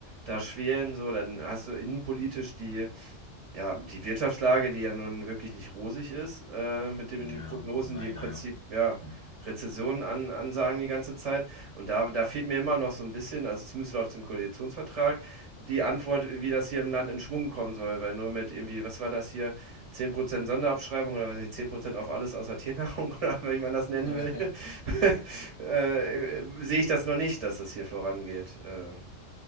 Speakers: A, on the right; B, on the left.
A: da schweren, so, dann hast du innenpolitisch die ja, die Wirtschaftslage, die ja nun wirklich nicht rosig ist, äh, mit dem,
B: ja,
A: mit den Prognosen,
B: leider,
A: die im Prinzip,
B: ja.
A: ja,
B: Hm.
A: Rezessionen an, ansagen die ganze Zeit. Und da, da fehlt mir immer noch so ein bisschen, also zumindest laut dem Koalitionsvertrag, die Antwort, wie das hier im Land in Schwung kommen soll, weil nur mit irgendwie, was war das hier, 10% Sonderabschreibung oder was weiß ich, 10% auf alles außer Tiernahrung <laughs> oder wie man das nennen
B: <laughs>
A: will, <laughs> äh,
B: Genau.
A: sehe ich das noch nicht, dass das hier vorangeht. Ähm,